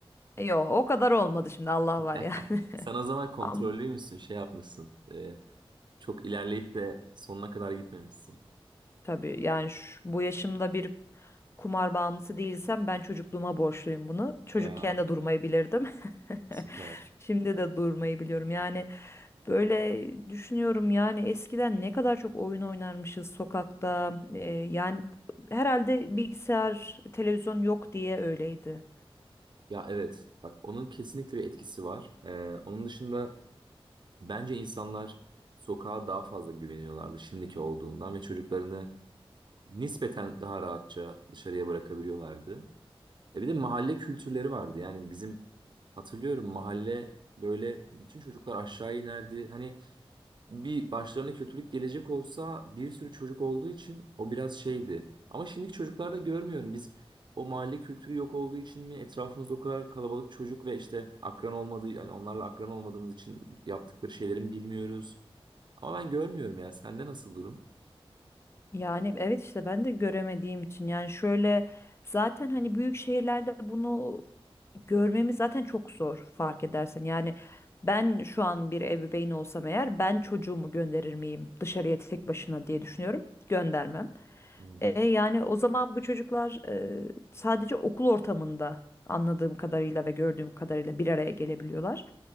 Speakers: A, on the left; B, on the right.
A: Yo o kadar olmadı şimdi Allah
B: <laughs>
A: var ya.
B: Sen o zaman
A: <laughs>
B: kontrollü müsün? Şey yapmışsın. e, çok ilerleyip de sonuna kadar gitmemişsin.
A: Tabii yani şu- bu yaşımda bir kumar bağımlısı değilsem ben çocukluğuma borçluyum bunu. Çocukken
B: Ya
A: de durmayı bilirdim.
B: süper.
A: <laughs> Şimdi de durmayı biliyorum. Yani böyle düşünüyorum yani eskiden ne kadar çok oyun oynarmışız sokakta. Ee, yani herhalde bilgisayar, televizyon yok diye öyleydi.
B: Ya evet. Bak onun kesinlikle bir etkisi var. E, onun dışında bence insanlar sokağa daha fazla güveniyorlardı şimdiki olduğundan ve çocuklarını nispeten daha rahatça dışarıya bırakabiliyorlardı. E bir de mahalle kültürleri vardı. Yani bizim hatırlıyorum mahalle böyle bütün çocuklar aşağı inerdi. Hani bir başlarına kötülük gelecek olsa bir sürü çocuk olduğu için o biraz şeydi. Ama şimdiki çocuklarda görmüyorum biz o mahalle kültürü yok olduğu için mi etrafımızda o kadar kalabalık çocuk ve işte akran olmadığı yani onlarla akran olmadığımız için yaptıkları şeylerin bilmiyoruz. Ama ben görmüyorum ya. Sende nasıl durum?
A: Yani evet işte ben de göremediğim için yani şöyle zaten hani büyük şehirlerde bunu görmemiz zaten çok zor fark edersen. Yani ben şu an bir ebeveyn olsam eğer ben çocuğumu gönderir miyim dışarıya tek başına diye düşünüyorum. Göndermem.
B: Evet.
A: E, yani o zaman bu çocuklar e, sadece okul ortamında anladığım kadarıyla ve gördüğüm kadarıyla bir araya gelebiliyorlar.